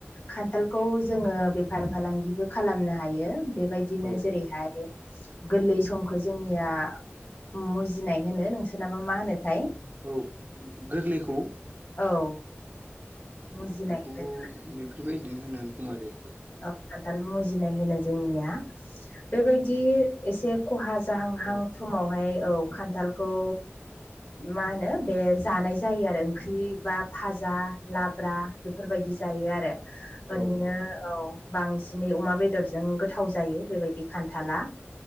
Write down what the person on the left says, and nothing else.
खान्थालखौ जोङो बेफार फालांगिबो खालामनो हायो। बेबायदिनो
जेरैहाय गोरलै समखौ जोंनिया मुजिनाय होनो नोंसोरनाबा मा होनोथाय?
औ मुजिनाय
होनो
औ खान्थाल मुजिनाय होनो जोंनिया। बेबायदि एसे खहा- जाहांहां
समावहाय औ खान्थालखौ मा होनो बे जानाय जायो आरो ओंख्रि बा फाजा लाब्रा बेफोरबायदि जायो आरो ओरैनो
औ बांसिनै अमा बेदरजों गोथाव जायो बेबायदि खान्थाला